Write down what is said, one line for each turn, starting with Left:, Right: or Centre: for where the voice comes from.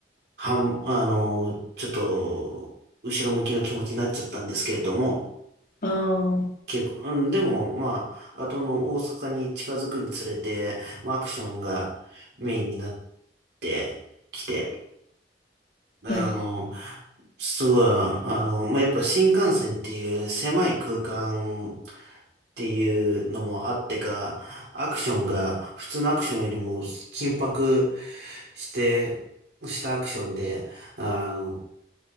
Right: はん、あの、ちょっと、後ろ向きの気持ちになっちゃったんですけれども、
Left: あー。
Right: 結構、うん、でも、まあ、後の大阪に近づくにつれて、まあアクションがメインになってきて、あの、
Left: はい。
Right: すごい、あの、まあ、やっぱ新幹線っていう狭い空間っていうのもあってか、アクションが普通のアクションよりも緊迫して、したアクションで、あの、